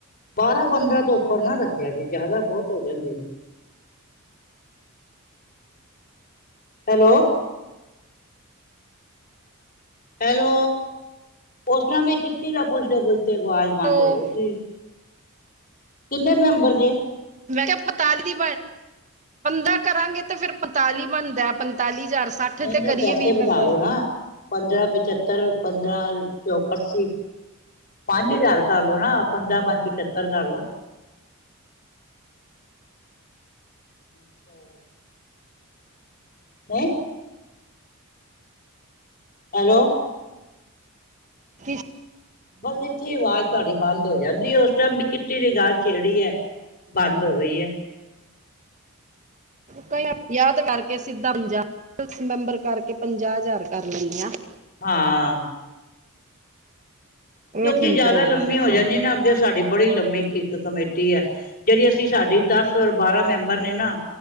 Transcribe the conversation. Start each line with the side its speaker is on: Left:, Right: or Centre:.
Left: ਬਾਰਾਂ ਪੰਦਰਾਂ ਤੋਂ ਉੱਪਰ ਨਾ ਰੱਖੇ ਿਆ <unintelligible> ਜੀ ਜ਼ਿਆਦਾ ਬਹੁਤ ਹੋ ਜਾਂਦੇ ਨੇ ਹੈਲੋ ਹੈਲੋ ਉਸਤੋ ਵੀ ਕਿੱਟੀ ਦਾ ਪੁੱਛਦੇ ਪੁੱਛ ਤੇ ਆਵਾਜ਼
Right: ਹੈਲੋ
Left: ਬੰਦ ਹੋ ਗਈ ਸੀ ਕਿੰਨੇ ਮੈਂਬਰ ਜੇ
Right: ਮੈਂ ਕਿਹਾ ਪੰਤਾਲੀ ਬਣ ਪੰਦਰਾਂ ਕਰਾਂਗੇ ਤੇ ਫਿਰ ਪੰਤਾਲੀ ਬਣਦਾ ਪੰਤਾਲੀ ਹਜ਼ਾਰ ਸੱਠ
Left: ਨਹੀਂ
Right: ਦੇ
Left: ਨਾ
Right: ਕਰੀਏ
Left: ਪੈਸੇ
Right: ਵੀਹ ਮੈਂਬਰ
Left: ਵਧਾਲੋ ਨਾ ਪੰਦਰਾਂ ਪਚੱਤਰ ਪੰਦਰਾਂ ਚੌਕੱਸੀ ਪੰਜ ਹਜ਼ਾਰ ਕਰ ਲੋ ਨਾ ਪੰਦਰਾਂ ਪੰਜ ਪਚੱਤਰ ਕਰ ਲੋ ਅੱਛਾ ਜ ਹੈ <unintelligible> ਹੈਲੋ
Right: ਕਿਸ
Left: ਬਸ ਇੱਥੇ ਹੀ ਆਵਾਜ਼ ਤੁਹਾਡੀ ਬੰਦ ਹੋ ਜਾਂਦੀ ਹੈ। ਉਸ ਟਾਈਮ ਵੀ ਕਿੱਟੀ ਦੀ ਗੱਲ ਛੇੜੀ ਹੈ। ਬੰਦ ਹੋ ਗਈ ਹੈ।
Right: ਕੱਲ ਇਹ ਯਾਦ ਕਰਕੇ ਸਿੱਧਾ ਭੱਜਾ। ਦਸ ਮੈਂਬਰ ਕਰਕੇ ਪੰਜਾਹ ਹਜ਼ਾਰ ਕਰ ਲੈਂਦੇ ਆਂ।
Left: ਹਾਂ। ਕਿਉਂਕਿ
Right: ਇਹ ਠੀਕ
Left: ਜ਼ਿਆਦਾ
Right: ਰਹੇਗਾ
Left: ਲੰਮੇ
Right: ਸਿਸਟਮ
Left: ਹੋ ਜਾਂਦੇ ਨਾ ਅੱਗੇ। ਸਾਡੀ ਬੜੀ ਲੰਮੀ ਇੱਕ ਕਮੇਟੀ ਹੈ। ਜਿਹੜੀ ਅਸੀਂ ਸਾਡੀ ਦਸ ਔਰ ਬਾਰਾਂ ਮੈਂਬਰ ਨੇ ਨਾ।